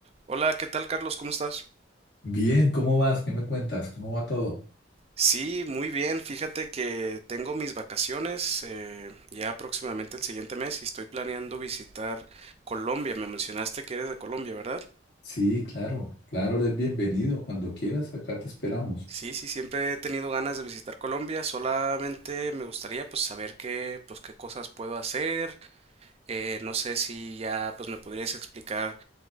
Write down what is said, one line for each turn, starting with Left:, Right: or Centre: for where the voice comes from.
Right: Hola, ¿qué tal, Carlos? ¿Cómo estás?
Left: Bien, ¿cómo vas? ¿Qué me cuentas? ¿Cómo va todo?
Right: Sí, muy bien. Fíjate que tengo mis vacaciones eh, ya próximamente el siguiente mes y estoy planeando visitar Colombia. Me mencionaste que eres de Colombia, ¿verdad?
Left: Sí, claro, claro, eres bienvenido. Cuando quieras, acá te esperamos.
Right: Sí, sí, siempre he tenido ganas de visitar Colombia. Solamente me gustaría pues saber qué, pues qué cosas puedo hacer. Eh, no sé si ya pues me podrías explicar